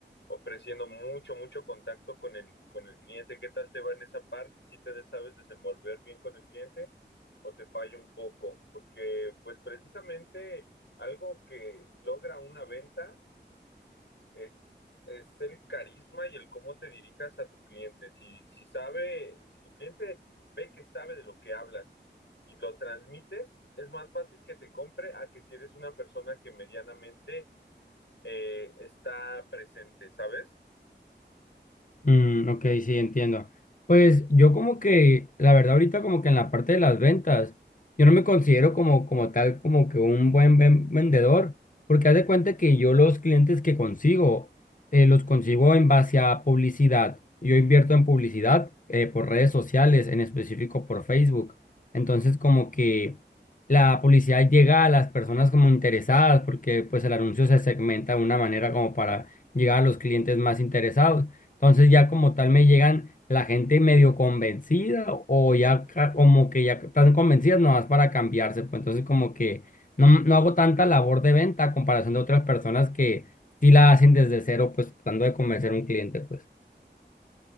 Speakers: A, on the left (about 75°); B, on the left (about 45°).
A: ofreciendo mucho, mucho contacto con el, con el cliente. ¿Qué tal te va en esa parte? ¿Si te sabes desenvolver bien con el cliente o te falla un poco? Porque pues precisamente algo que logra una venta. Es, es el carisma y el cómo te dirijas a tu cliente. Si, si sabe, si tu cliente ve que sabe de lo que hablas y lo transmites, es más fácil que te compre a que si eres una persona que medianamente eh, está presente, ¿sabes?
B: Mm, ok, sí, entiendo. Pues yo como que, la verdad ahorita como que en la parte de las ventas, yo no me considero como, como tal, como que un buen ven- vendedor, porque haz de cuenta que yo los clientes que consigo, eh, los consigo en base a publicidad. Yo invierto en publicidad eh, por redes sociales, en específico por Facebook. Entonces como que la publicidad llega a las personas como interesadas, porque pues el anuncio se segmenta de una manera como para llegar a los clientes más interesados. Entonces ya como tal me llegan la gente medio convencida o ya ca- como que ya están convencidas nomás para cambiarse. Pues entonces como que no, no hago tanta labor de venta a comparación de otras personas que sí la hacen desde cero, pues tratando de convencer a un cliente, pues.